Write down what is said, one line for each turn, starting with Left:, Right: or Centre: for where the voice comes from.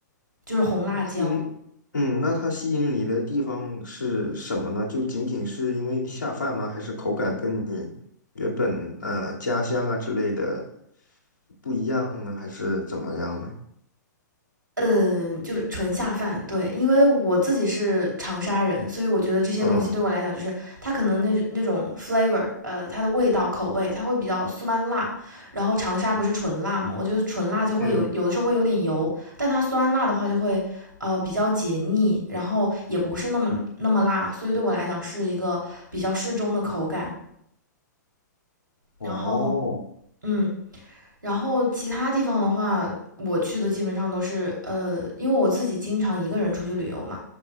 Right: 就是红辣椒，
Left: 那吸引，嗯，那它吸引你的地方是什么呢？就仅仅是因为下饭吗？还是口感跟你原本呃家乡啊之类的不一样呢？还是怎么样呢？
Right: 嗯，就是纯下饭，对，因为我自己是长沙人，所以我觉得这些东西对我来讲，
Left: 嗯
Right: 就是它可能那那种 flavor，呃，它的味道口味，它会比较酸辣，然后长沙不是纯辣嘛，我觉得纯辣就会有有的时候会有点油，
Left: 嗯，
Right: 但它酸辣的话就会呃比较解腻，然后也不是那么那么辣，所以对我来讲是一个比较适中的口感，
Left: 哦，
Right: 然后嗯。然后其他地方的话，我去的基本上都是呃，因为我自己经常一个人出去旅游嘛，